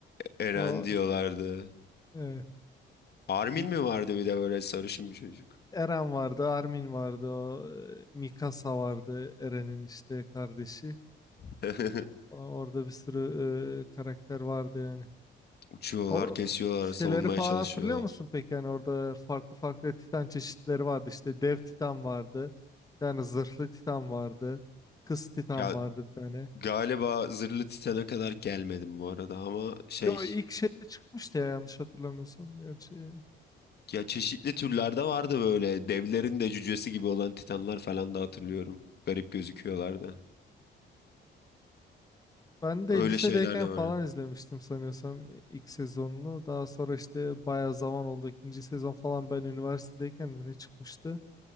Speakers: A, on the left; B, on the left.
A: Eren
B: o
A: diyorlardı.
B: e,
A: Armin
B: il-
A: mi vardı bir de böyle sarışın bir çocuk?
B: Eren vardı, Armin vardı, o e, Mikasa vardı, Eren'in işte kardeşi.
A: <laughs>
B: O- Orada bir sürü e, karakter vardı yani.
A: Uçuyorlar,
B: O
A: kesiyorlar,
B: şeyleri
A: savunmaya
B: falan
A: çalışıyorlar.
B: hatırlıyor musun peki? Yani orada farklı farklı Titan çeşitleri vardı. İşte dev Titan vardı. Yani zırhlı Titan vardı. Kız Titan
A: Ya
B: vardı bir tane.
A: galiba Zırhlı Titan'a kadar gelmedim bu arada ama şey
B: Yo ilk şeyde çıkmıştı ya yanlış hatırlamıyorsam. Gerçi
A: ya çeşitli türlerde vardı böyle devlerin de cücesi gibi olan titanlar falan da hatırlıyorum. Garip gözüküyorlardı.
B: Ben de
A: Öyle
B: lisedeyken
A: şeyler de var.
B: falan izlemiştim sanıyorsam ilk sezonunu. Daha sonra işte bayağı zaman oldu. İkinci sezon falan ben üniversitedeyken mi ne çıkmıştı?